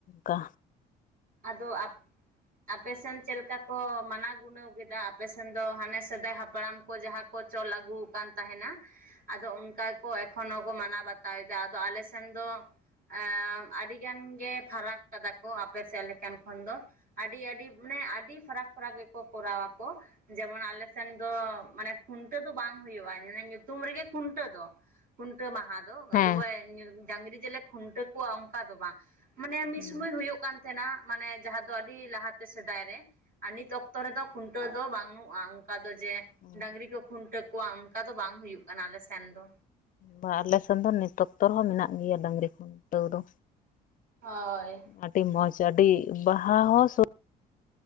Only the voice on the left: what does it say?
ᱚᱝᱠᱟ
ᱦᱮᱸ
ᱦᱩᱸ
ᱦᱮᱸ
ᱵᱟ ᱟᱞᱮ ᱥᱮᱱ ᱫᱚ ᱱᱤᱛ ᱚᱠᱛᱚ ᱨᱮᱦᱚᱸ ᱢᱮᱱᱟᱜ ᱜᱮᱭᱟ ᱰᱟᱝᱨᱤ ᱠᱷᱩᱱᱴᱟᱹᱣ ᱫᱚ।
ᱟᱹᱰᱤ ᱢᱚᱸᱡᱽ ᱟᱹᱰᱤ ᱵᱟᱦᱟ ᱦᱚᱸ, ᱥᱚ